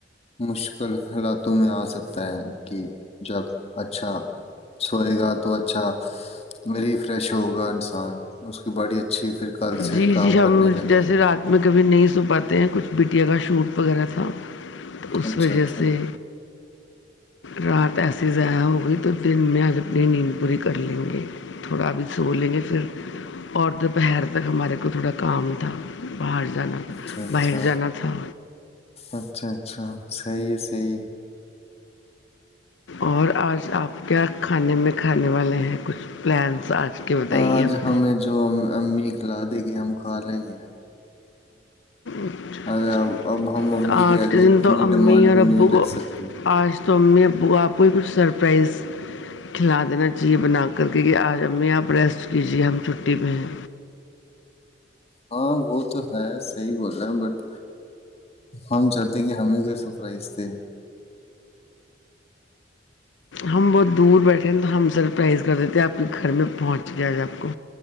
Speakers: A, on the left; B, on the left.
A: مشکل حالاتوں میں آ سکتا ہے کہ جب اچھا سوئے گا تو اچھای فریش ہوگا انسان باڈی اچھی پھر کل سے
B: جی
A: کام
B: جی ہم
A: کرنے لگے
B: جیسے
A: گا
B: رات میں کبھی نہیں سو پاتے ہیں کچھ بٹیا کا شوٹ وغیرہ تھا تو اس
A: اچھا
B: وجہ
A: اچھا
B: سے رات اییسی ضیاائع ہوگئی تو دن میں آج اپنی نیند پوری کر لیں گے تھوڑا ابھی سو لیں گے پھر اور دوپہر تب ہمارے کو تھوڑا کام تھا باہر جانا تھا
A: اچھا اچھا
B: باہر جانا تھا
A: اچھا اچھا صیے صی
B: اور آج آپ کیا کھانے میں کھانے والے ہیں کچھ پلانس آج کے بتائیے
A: آج
B: اپنے
A: ہمیں جو امی کھلا دے گی ہم کھا لیں گے ہ
B: اچھا
A: ارے
B: اچھا
A: اب اب ہم ممی
B: آج
A: آگے
B: کے دن
A: اتنی
B: تو امی
A: ڈیمانڈ
B: اور
A: بھی
B: ابو
A: نہیں رکھ
B: کو
A: سکتے
B: آج تو امی ابو کو آپ کو ہی کچھ سر پرائز کھلا دینا چاہیے بنا کر کے کہ آج امی آپ رسٹ کیجیے ہم چھٹی پہ ہیں
A: ہاں وہ تو ہے صحی بول رہے ہیں بٹ ہم چاہتے ہیں کہ ہمیں کو سرپرائز دے
B: ہم بہت دور بیٹھے ٹھیک تو ہم سر پرائز کر دیتے ہیں آپ کے گھر میں پہنچ گیا ہے آپ کو